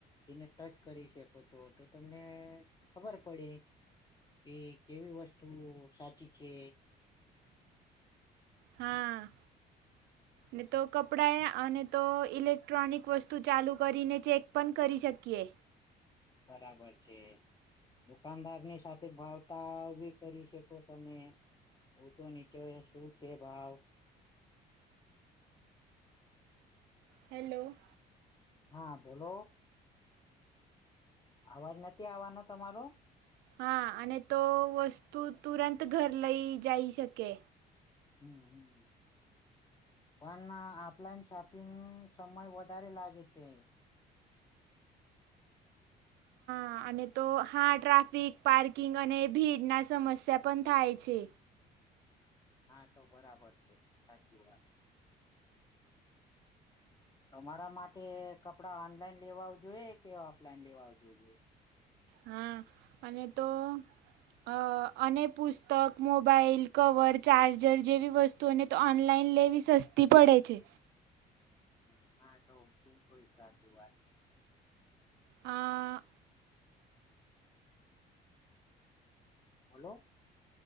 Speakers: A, on the left; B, on the right.
A: એને ટચ કરી શકો છો તો તમને ખબર પડી. કે કેવી વસ્તુ સાચી છે.
B: હા.
A: <inaudible>
B: ને તો કપડાં અને તો ઇલેક્ટ્રોનિક વસ્તુ ચાલુ કરીને ચેક પણ કરી શકીએ.
A: બરાબર છે દુકાનદારની સાથે ભાવ. ઉ તાવ ભી કરી શકો તમે ઊચો નીચો શું છે ભાવ.
B: હેલો.
A: હા બોલો. અવાજ નથી આવવાનો તમારો.
B: હા અને તો વસ્તુ તુરંત ઘર લઈ જઈ શકે.
A: હમ હમ. પણ ના ઓફલાઈન શોપિંગ સમય વધારે લાગે છે.
B: હા અને તો હા ટ્રાફિક પાર્કિંગ અને ભીડના સમસ્યા પણ થાય છે.
A: હા તો બરાબર છે સાચી વાત. તમારા માટે કપડા ઓનલાઈન લેવા જોઈએ કે ઓફલાઈન લેવા જોઈએ.
B: હા અને તો. અ અને પુસ્તક મોબાઈલ કવર ચાર્જર જેવી વસ્તુ. તો એને તો ઓનલાઈન લેવી સસ્તી પડે છે.
A: હ હા તો બિલકુલ સાચું વાત.
B: અ.
A: બોલો.